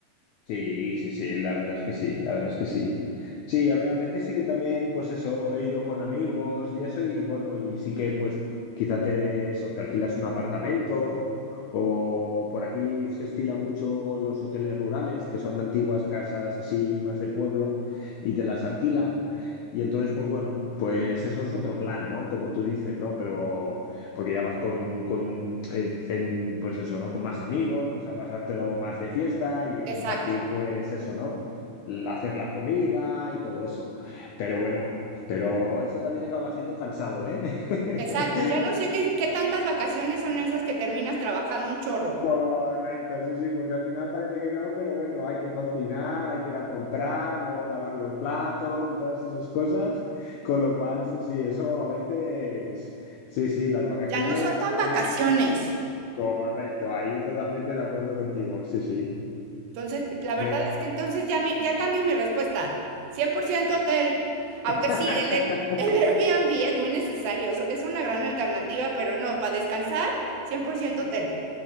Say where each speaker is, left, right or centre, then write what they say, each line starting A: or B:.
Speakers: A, on the left (about 80°); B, on the right (about 75°).
A: Sí, sí, sí, la verdad es que sí, la verdad es que sí. Sí, a, ve- a veces sí que también, pues eso, he ido con amigos y eso, y bueno, y sí que pues quizá te, eso, te alquilas un apartamento o por aquí se estila mucho los hoteles rurales, que son antiguas casas así más de pueblo y te las alquilan. Y entonces, pues bueno, pues eso es otro plan, ¿no? Como tú dices, ¿no? Pero porque ya vas con, con eh, en, pues eso, ¿no? Con más amigos, pues a pasártelo más de fiesta y a compartir,
B: Exacto,
A: pues eso, ¿no? L- Hacer la comida y todo eso. Pero bueno, pero eso también acaba siendo cansado, ¿eh? <laughs>
B: exacto. Ya no sé qué, qué tantas vacaciones son esas que terminas trabajando un chorro.
A: Correcto, sí, sí, porque al final parece que no, pero bueno, hay que cocinar, hay que ir a comprar, luego lavar los platos y todas esas cosas. Con lo cual, sí, sí, eso a veces, sí, sí, las vacaciones
B: Ya no son
A: acaban
B: tan vacaciones.
A: Correcto, ahí totalmente de acuerdo contigo, sí, sí.
B: Entonces, la
A: Ve.
B: verdad es que entonces ya, me, ya cambio mi respuesta. 100% hotel. Aunque
A: <laughs>
B: sí, el, Air- el Airbnb es muy necesario. so- Es una gran alternativa, pero no, para descansar, Cien por ciento hotel.